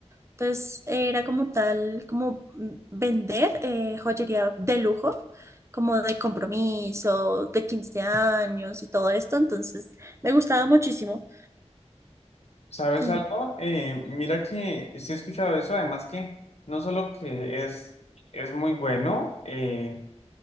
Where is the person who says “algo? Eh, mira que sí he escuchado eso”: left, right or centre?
Left